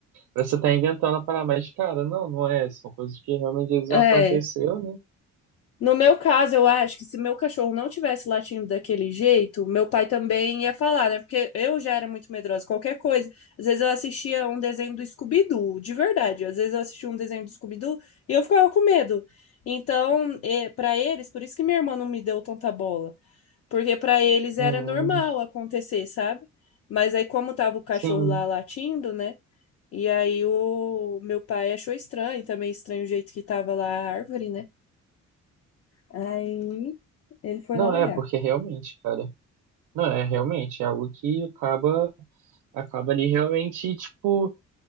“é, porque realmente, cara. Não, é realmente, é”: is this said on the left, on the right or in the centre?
Right